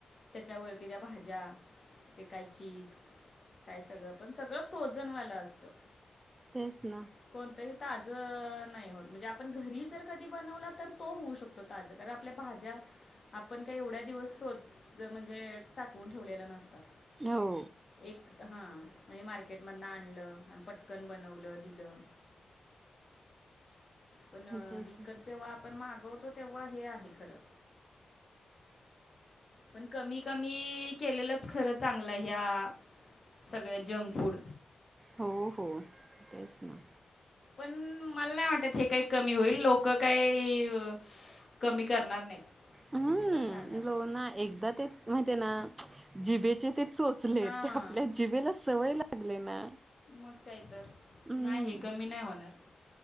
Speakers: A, on the left; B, on the right.
A: त्याच्यावरती त्या भाज्या, ते काय चीज.. ते काय सगळं, पण सगळं फ्रोझन वालं असतं.
B: तेच ना
A: कोणतंही ताजं... नाही होत म्हणजे आपण घरी जर कधी बनवल तर तो होऊ शकतो. ताज, कारण आपल्या भाज्या.. आपण का एवढ्या दिवस फोज म्हणजे साठवून ठेवलेले नसतात.
B: हो
A: एक, हा.. म्हणजे मार्केटमधन आणलं अन् पटकन बनवलं, दिलं. पण...
B: तेच
A: विकत
B: ना
A: जेव्हा आपण मागवतो तेव्हा हे आहे खरं, पण कमी क मी... केलेलंच खरं चांगलं ह्या.. सगळ्या जंक फूड
B: हो -हो.. तेच ना.
A: पण मला नाही वाटत हे काही कमी होईल लोक काही स..... कमी करणार नाहीत.
B: हम्म..
A: किती पण सांगा
B: तो ना एकदा ते माहिती आहे ना, च... जिबेचे ते चोचले
A: हां
B: यत आपल्या जीभेला सवय लागली ना.
A: मग काय तर,
B: हम्म
A: नाही हे कमी नाही होणार.